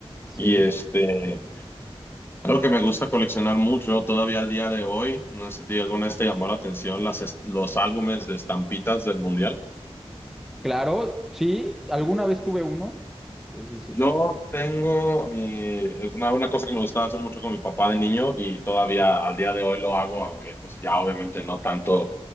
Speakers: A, in the centre; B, on the left.
A: Sí.
B: Y este, algo que me gusta coleccionar mucho, todavía al día de hoy, no sé si alguna vez te llamó la atención las, est- los álbumes de estampitas del mundial.
A: Claro, sí, alguna vez tuve uno. Sí, sí, sí.
B: Yo tengo mi, es una, una cosa que me gustaba hacer mucho con mi papá de niño y todavía al día de hoy lo hago, aunque pues ya obviamente no tanto,